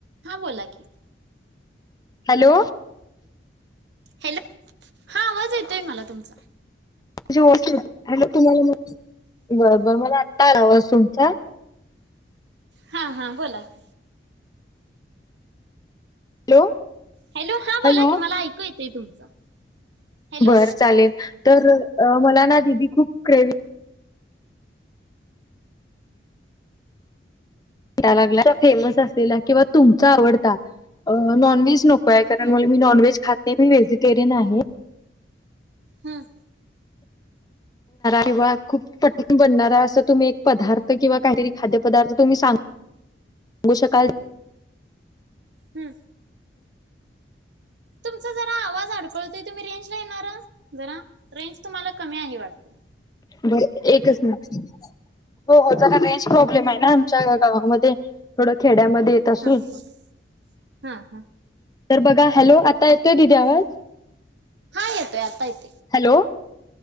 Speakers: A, on the right; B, on the left.
A: हा बोला की
B: हॅलो
A: हॅलो हा आवाज येतोय मला तुमचा
B: म्हण हॅलो तुम्हाला बर बर मला आत्ता आला आवास तुमचा
A: हा हा बोलाच
B: हॅलो
A: हॅलो हा
B: हॅलो
A: बोला कि मला ऐकू येत ते तुमचं हॅलो
B: बर चालेल तर मला ना दीदी खूप क्रेविंग या लागला फेमस असलेला किं तुमचा आवडता अअअ नॉनव्हेज न काय
A: हम्म
B: कारण मी नॉनव्हेज खात ते मी व्हेजिटेरियन आहे
A: हम्म
B: किंवा खूप पटण बनणारा असं तुम्ही एक पदार्थ किंवा काहीतरी खाद्य पदार्थ तुम्ही सांग सांगू शकाल
A: हम्म तुमचा जरा आवाज अडकळतोय तुम्ही रेंज ला येणार जरा रेंज तुम्हाला कमी आहे वाटत
B: बरं एकच मिनिट थांबा हो हो जरा रेंज प्रॉब्लेम आहे आमच्या गावामध्ये थोडं खेड्यामध्ये येत असून
A: हा हा हा हा
B: तर बघा हॅलो आता येतोय दिदी आवाज
A: हा येतोय आता येत
B: हॅलो